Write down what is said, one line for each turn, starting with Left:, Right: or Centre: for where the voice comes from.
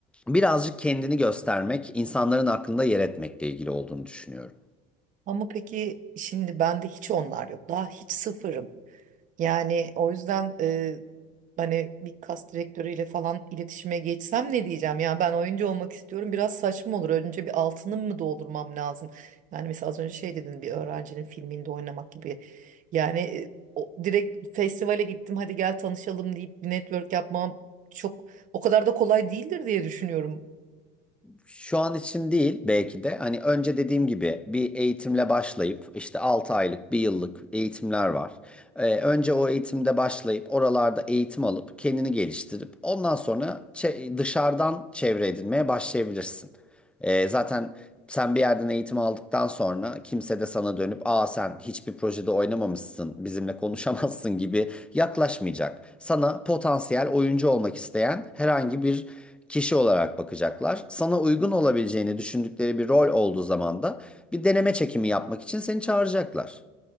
Centre: birazcık kendini göstermek, insanların aklında yer etmekle ilgili olduğunu düşünüyorum.
Right: Ama peki şimdi bende hiç onlar yok. Daha hiç sıfırım. Yani o yüzden e, hani bir kas direktörüyle falan iletişime geçsem ne diyeceğim? Ya ben oyuncu olmak istiyorum. Biraz saçma olur. Önce bir altını mı doldurmam lazım? Yani mesela az önce şey dedin bir öğrencinin filminde oynamak gibi. Yani e, o, direkt festivale gittim hadi gel tanışalım deyip bir network yapmam çok o kadar da kolay değildir diye düşünüyorum.
Centre: Şu an için değil belki de hani önce dediğim gibi bir eğitimle başlayıp işte 6 aylık, bir yıllık eğitimler var. Ee, önce o eğitimde başlayıp oralarda eğitim alıp kendini geliştirip ondan sonra çe- dışarıdan çevre edinmeye başlayabilirsin. Ee, zaten sen bir yerden eğitim aldıktan sonra kimse de sana dönüp aa sen hiçbir projede oynamamışsın, bizimle konuşamazsın gibi yaklaşmayacak. Sana potansiyel oyuncu olmak isteyen herhangi bir kişi olarak bakacaklar. Sana uygun olabileceğini düşündükleri bir rol olduğu zaman da bir deneme çekimi yapmak için seni çağıracaklar.